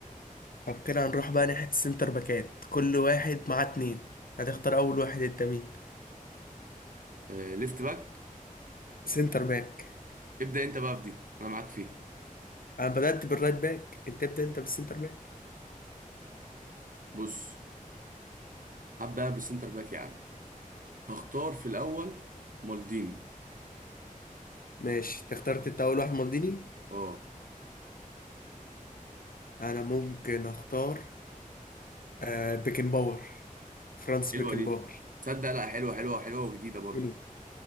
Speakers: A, on the left; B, on the right.
A: طب كده هنروح بقى ناحيه السنتر باكات كل واحد معاه اتنين هتختار اول واحد انت مين
B: آه، ليفت باك
A: سنتر باك
B: ابدأ انت بقى في دي انا معاك فيها
A: انا بدأت بالرايت باك انت ابدأ انت بالسنتر باك
B: بص هبدأ بالسنتر باك يا عم هختار في الاول مالديني
A: ماشي انت اخترت انت اول واحد مالديني
B: اه
A: انا ممكن اختار آه بيكن باور فرانس
B: حلوة
A: بيكن
B: دي
A: باور
B: تصدق لا حلوة حلوة حلوة وجديدة برضو
A: حلو